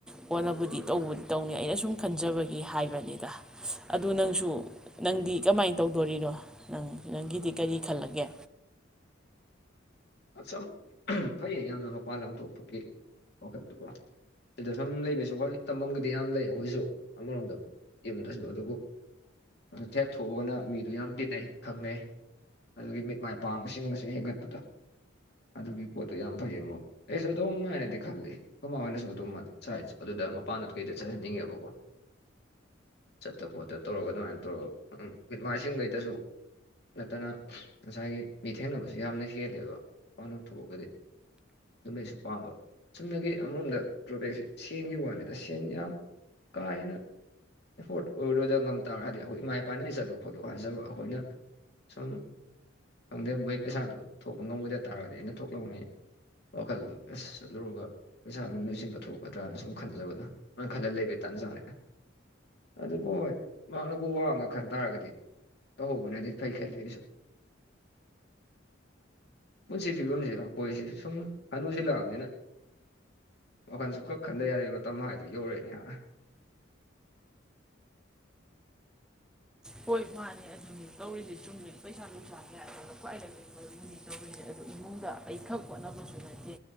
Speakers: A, in the centre; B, on the left.
A: ꯀꯣꯟꯅꯕꯨꯗꯤ ꯇꯧꯕꯗꯤ ꯇꯧꯅꯤ ꯑꯩꯅ ꯁꯨꯝ ꯈꯟꯖꯕꯒꯤ ꯍꯥꯏꯕꯅꯤꯗ ꯑꯗꯨ ꯅꯪꯁꯨ ꯅꯪꯗꯤ ꯀꯃꯥꯏꯅ ꯇꯧꯗꯣꯔꯤꯅꯣ ꯅꯪ ꯅꯪꯒꯤꯗꯤꯛ ꯀꯔꯤ ꯈꯜꯂꯒꯦ
B: ꯁꯨꯝ ꯐꯩꯌꯦ ꯌꯥꯝꯅ ꯃꯄꯥꯟ ꯂꯝ ꯊꯣꯛꯄꯒꯤ ꯋꯥꯈꯜꯗꯨꯀꯣ ꯁꯤꯗ ꯁꯨꯝ ꯂꯩꯕꯁꯨ ꯍꯣꯏ ꯇꯝꯐꯝꯒꯤꯗꯤ ꯌꯥꯝ ꯂꯩ ꯑꯩꯕꯨꯗꯤꯁꯨ ꯑꯃꯔꯣꯝꯗ ꯌꯨꯝꯗꯁꯨ ꯑꯗꯨꯕꯨ ꯊꯦꯛ ꯊꯣꯛꯑꯒꯅ ꯃꯤꯗꯣ ꯌꯥꯝ ꯇꯤꯟꯅꯩ ꯈꯪꯅꯩ ꯑꯗꯨꯒꯤ ꯃꯤꯠ ꯃꯥꯏ ꯄꯥꯡꯕꯁꯤꯡꯒꯁꯨ ꯍꯦꯟꯒꯠꯄꯗ ꯑꯗꯨꯒꯤ ꯄꯣꯠꯇꯣ ꯌꯥꯝ ꯐꯩꯌꯦ ꯃ ꯑꯩꯁꯨ ꯑꯗꯨꯝ ꯍꯥꯏꯅꯗꯤ ꯈꯜꯂꯤ ꯈꯨꯃ ꯑꯣꯏꯅꯁꯨ ꯑꯗꯨꯝ ꯁꯥꯏꯠ ꯑꯗꯨꯗ ꯃꯄꯥꯟ ꯑꯗꯨ ꯀꯩꯗ ꯆꯠꯍꯟꯅꯤꯡꯉꯦꯕꯀꯣ ꯆꯠꯇ ꯈꯣꯠꯇ ꯇꯧꯔꯒ ꯑꯗꯨꯃꯥꯏꯅ ꯇꯧꯔꯒ ꯃꯤꯠꯃꯥꯏꯁꯤꯡꯈꯩꯗꯁꯨ ꯅꯠꯇꯅ ꯉꯁꯥꯏꯒꯤ ꯃꯤꯊꯦꯡꯅꯕꯁꯨ ꯌꯥꯝꯅ ꯍꯦꯜꯂꯦꯕ ꯋꯥꯅ ꯊꯣꯛꯑꯒꯗꯤ ꯑꯗꯨꯝꯕꯩꯁꯨ ꯄꯥꯝꯕ ꯆꯨꯝꯅꯒꯤ ꯑꯃꯔꯣꯝꯗ ꯄ꯭ꯔꯣꯗꯛꯁꯤ ꯁꯦꯟꯒꯤ ꯋꯥꯅꯤꯗ ꯁꯦꯟ ꯌꯥꯝ ꯀꯥ ꯍꯦꯟꯅ ꯑꯦꯐꯣꯔꯠ ꯑꯣꯏꯔꯨꯔꯣꯏꯗ ꯉꯝ ꯇꯥꯔꯗꯤ ꯑꯩꯈꯣꯏ ꯏꯃꯥ ꯏꯄꯥꯅꯗꯤ ꯆꯠꯂꯨ ꯈꯣꯠꯂꯨ ꯍꯥꯏꯖꯕ ꯑꯩꯈꯣꯏꯅ ꯁꯨꯝ ꯈꯪꯗꯦ ꯃꯣꯏ ꯄꯩꯁꯥꯗꯣ ꯊꯣꯛꯄ ꯉꯝꯃꯣꯏꯗ ꯇꯥꯔꯒꯗꯤ ꯑꯩꯅ ꯊꯣꯛꯂꯛꯉꯩ ꯋꯥꯈꯜꯗꯣ ꯑꯁ ꯆꯠꯂꯨꯔꯒ ꯄꯩꯁꯥꯗꯨ ꯂꯣꯏꯁꯤꯟꯕ ꯊꯣꯛꯀꯗ꯭ꯔꯥꯅ ꯁꯨꯝ ꯈꯟꯖꯕꯗꯣ ꯂꯣꯏ ꯈꯜꯂ ꯂꯩꯕ ꯇꯥꯟꯖꯥꯅꯤꯅ ꯑꯗꯨꯕꯨ ꯍꯣꯏ ꯃꯍꯥꯛꯅꯕꯨ ꯋꯥꯡꯉ ꯈꯟ ꯇꯥꯔꯒꯗꯤ ꯇꯧꯍꯧꯕꯅꯗꯤ ꯐꯩ ꯈꯜꯂꯤ ꯑꯩꯁꯨ ꯄꯨꯟꯁꯤ ꯐꯤꯕꯝꯁꯤꯦ ꯑꯩꯈꯣꯏꯁꯦ ꯁꯨꯝ ꯍꯅꯨꯁꯤꯜꯂꯛꯑꯕꯅꯤꯅ ꯋꯥꯈꯜꯁꯨ ꯈꯛ ꯈꯟꯗ ꯌꯥꯗꯣꯏ ꯃꯇꯝ ꯍꯥꯏꯗꯨ ꯌꯧꯔꯛꯑꯦꯅꯦ
A: ꯍꯣꯏ ꯃꯥꯅꯦ ꯑꯗꯨ ꯇꯧꯔꯤꯁꯦ ꯆꯨꯝ ꯄꯩꯁꯥ ꯅꯨꯡꯁꯥ ꯀ꯭ꯋꯥꯏ ꯇꯧꯔꯤꯅꯦ ꯑꯣ ꯏꯃꯨꯡꯗ ꯑꯩ ꯈꯛ ꯍꯣꯠꯅꯕꯁꯨ ꯅꯠꯇꯦ